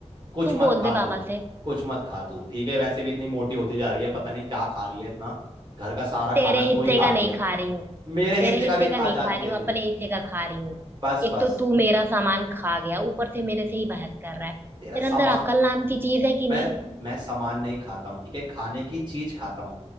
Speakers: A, on the right; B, on the right.
A: कुछ
B: तू
A: मत
B: बोल
A: खा
B: दे पापा
A: तू
B: से
A: कुछ मत खा तू ठीक है वैसे भी इतनी मोटी होती जा रही है पता नहीं क्या खा रही है इतना घर का सारा
B: तेरे
A: खाना
B: हिस्से
A: तू ही खाती
B: का नहीं
A: है
B: खा रही हूँ
A: मेरे
B: तेरे
A: हिस्से का
B: हिस्से
A: भी
B: का
A: खा
B: नहीं
A: जाती
B: खा रही
A: है
B: हूँ
A: तू
B: अपने हिस्से का खा रही हूँ
A: बस
B: एक
A: बस
B: तो तू मेरा सामान खा गया ऊपर से मेरे से ही बहस कर रहा है
A: तेरा
B: तेरे
A: सामान
B: अंदर अकल नाम की चीज है कि
A: मैं
B: नहीं
A: मैं सामान नहीं खाता हूँ ठीक है खाने की चीज खाता हूँ